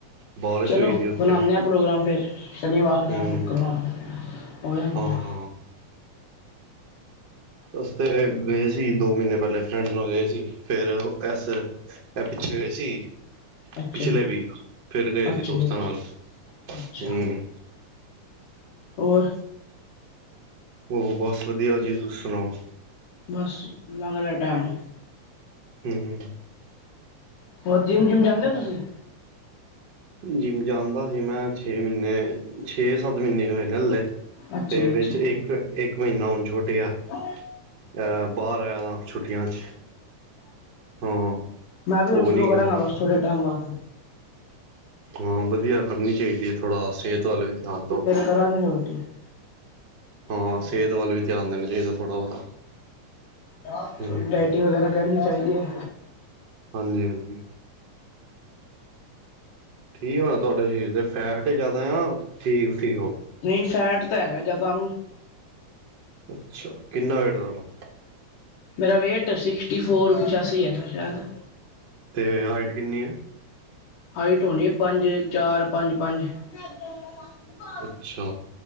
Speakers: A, on the right; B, on the left.
A: ਬਾਰਿਸ਼
B: ਚਲੋ
A: ਹੋਈ ਦੀ ਉੱਥੇ
B: ਬਨਾਨੇ ਆ ਪ੍ਰੋਗਰਾਮ ਫਿਰ, ਸ਼ਨੀਵਾਰ ਦਾ
A: ਹੂੰ
B: ਸ਼ੁੱਕਰਵਾਰ ਦਾ। ਹੋ ਜਾਂਦੇ
A: ਹਾਂ
B: ਆ
A: ਹਾਂ ਹਾਂ ਅਸੀਂ ਤੇ ਗਏ ਸੀ। ਦੋ ਮਹੀਨੇ ਪਹਿਲੇ ਫਰੈਂਡ ਨਾਲ ਗਏ ਸੀ। ਫਿਰ ਇਸ ਮ ਪਿੱਛੇ ਵਸੀ <unintelligible>
B: ਅੱਛਾ
A: ਪਿਛਲੇ
B: ਜੀ
A: ਵੀਕ ਫਿਰ ਗਏ
B: ਅੱਛਾ
A: ਸੀ ਦੋਸਤਾਂ
B: ਜੀ ਅੱਛਾ
A: ਨਾਲ।
B: ਅੱਛਾ
A: ਹਮ
B: ਹੋਰ
A: ਹੋਰ ਬਸ ਵਧੀਆ ਜੀ। ਤੁਸੀਂ ਸੁਣਾਓ।
B: ਬਸ ਲੰਗ ਰਿਹਾ ਟਾਈਮ।
A: ਹਮ।
B: ਹੋਰ ਜਿੰਮ- ਜਿੰਮ ਜਾਂਦੇ ਹੋ ਤੁਸੀਂ?
A: ਜਿਮ ਜਾਂਦਾ ਸੀ ਮੈਂ, ਛੇ ਮਹੀਨੇ ਛੇ-ਸੱਤ ਮਹੀਨੇ ਹੋਏ ਨੇ ਹਲੇ।
B: ਅੱਛਾ
A: ਤੇ
B: ਜੀ
A: ਵਿੱਚ
B: ਅੱਛਾ
A: ਇੱਕ- ਇੱਕ ਮਹੀਨਾ ਹੁਣ ਛੋਟ ਗਿਆ।
B: ਚ <inaudible>
A: ਅ ਬਾਹਰ ਆਇਆ ਦਾ ਛੁੱਟੀਆਂ ਚ ਹਾਂ
B: ਮੈਂ ਵੀ ਹੁਣ
A: ਉਹ
B: ਸ਼ੁਰੂ
A: ਨਹੀਂ
B: ਕਰਾਂਗਾ
A: ਗਿਆ
B: ਬਸ ਥੋੜੇ ਟਾਈਮ ਬਾਦ।
A: ਹਾਂ ਵਧੀਆ ਕਰਨੀ ਚਾਹੀਦੀ ਹੈ। ਥੋੜਾ ਸਿਹਤ ਵੱਲ ਵੀ ਧਿਆਨ ਦਓ।
B: ਤਰ੍ਹਾਂ ਹੀ ਹੁੰਦੀ <unintelligible>
A: ਹਾਂ
B: ਹਾਂਜੀ-
A: ਸਿਹਤ ਵੱਲ ਵੀ ਧਿਆਨ ਦੇਣਾ ਚਾਹੀਦਾ ਥੋੜ੍ਹਾ ਬਹੁਤਾ
B: ਹਾਂਜੀ
A: ਹੂੰ
B: ਥੋਡੀ ਡਾਈਟਿੰਗ? ਟੀਗ ਵਗੈਰਾ ਕਰਨੀ ਚਾਹੀਦੀ ਹੈ।
A: ਹਾਂਜੀ-ਹਾਂਜੀ। ਠੀਕ ਹੋਣਾ ਤੁਹਾਡੇ ਸਰੀਰ ਤੇ ਫੈਟ ਹੀ ਜ਼ਿਆਦਾ ਆ ਠੀਕ- ਠੀਕ ਹੋ।
B: ਨਹੀਂ ਫੈਟ ਤਾਂ ਹੈਗਾ ਜਿਆਦਾ ਹਮਮ।
A: ਅੱਛਾ, ਕਿੰਨਾ ਵੇਟ ਤੁਹਾਡਾ?
B: ਮੇਰਾ ਵੇਟ ਸਿਕਸਟੀ ਫੋਰ ਪਚਾਸੀ ਹੈ ਸ਼ਾਇਦ।
A: ਤੇ ਹਾਈਟ ਕਿੰਨੀ ਹੈ?
B: ਹਾਈਟ ਹੋਣੀਏ ਪੰਜ- ਚਾਰ ਪੰਜ- ਪੰਜ। ਦੇ ਮ <unintelligible>
A: ਅੱਛਾ।